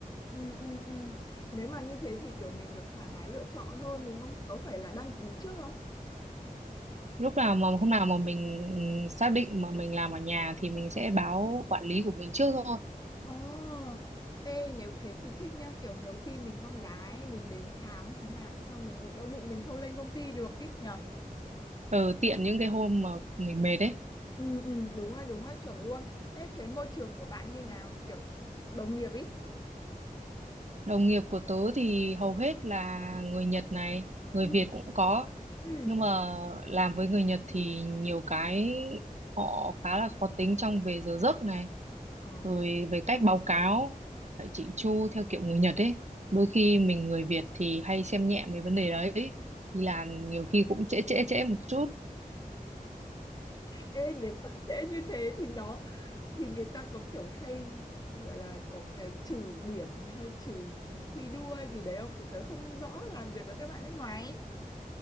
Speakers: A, on the left; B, on the right.
A: ừ, ừ, ừ. Nếu mà như thế thì kiểu mình được thoải mái lựa chọn hơn đúng không? Có phải là đăng ký trước không?
B: lúc nào mà hôm nào mà mình xác định mà mình làm ở nhà thì mình sẽ báo quản lý của mình trước thôi
A: Ồ, ê nếu thế thì thích nhá, kiểu nhiều khi mình con gái mình đến tháng chẳng hạn xong mình bị đau bụng mình không lên công ty được ý nhỉ?
B: ờ, tiện những cái hôm mà mình mệt ấy
A: Ừ, ừ, đúng rồi, đúng rồi, chuẩn luôn. Ê, thế môi trường của bạn như nào? Kiểu đồng nghiệp ý.
B: đồng nghiệp của tớ thì hầu hết là người Nhật này người
A: Ừ.
B: Việt cũng có
A: ừ.
B: nhưng mà làm với người Nhật thì nhiều cái họ khá là khó tính trong về giờ giấc này
A: Ờ,
B: rồi về cách báo cáo phải chỉnh chu theo kiểu người Nhật ấy đôi khi mình người Việt thì hay xem nhẹ mấy vấn đề đấy đi làm nhiều khi cũng trễ trễ trễ một chút
A: Ê, nếu mà trễ như thế thì nó thì người ta có kiểu hay gọi là có cái trừ điểm hay trừ thi đua hay gì đấy không? Thì tớ không rõ làm việc với các bạn nước ngoài ấy.